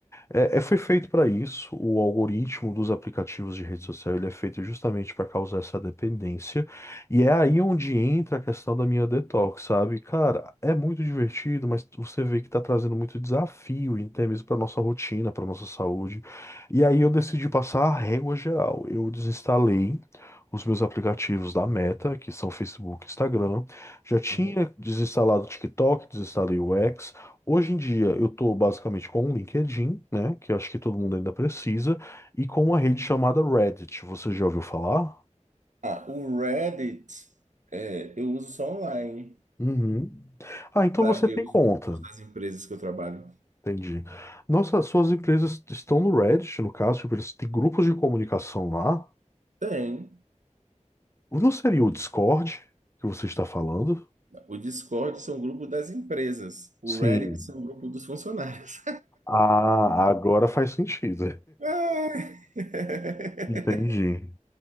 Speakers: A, on the left (about 20°); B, on the right (about 75°).
A: É, é- foi feito para isso. O algoritmo dos aplicativos de rede social ele é feito justamente para causar essa dependência. E é aí onde entra a questão da minha detox, sabe? Cara, é muito divertido, mas você vê que está trazendo muito desafio, e até mesmo para nossa rotina, para nossa saúde. E aí eu decidi passar a régua geral. Eu desinstalei os meus aplicativos da Meta, que são Facebook e Instagram. Já tinha
B: Uhum.
A: desinstalado o TikTok, desinstalei o X. Hoje em dia eu estou basicamente com o LinkedIn, né, que eu acho que todo mundo ainda precisa, e com uma rede chamada Reddit. Você já ouviu falar?
B: Ah, o Reddit, é, eu uso só online
A: Uhum. Ah, então
B: para
A: você
B: ver
A: tem
B: os
A: conta.
B: grupos das empresas que eu trabalho.
A: Entendi. Nossa, suas empresas estão no Reddit, no caso, tipo, eles têm grupos de comunicação lá.
B: Tem.
A: Não seria o Discord que você está falando?
B: O Discord são grupos das empresas. O
A: Sim.
B: Reddit são um grupo dos funcionários.
A: Ah, agora faz sentido.
B: <laughs> Ai. <laughs>
A: <laughs> Entendi.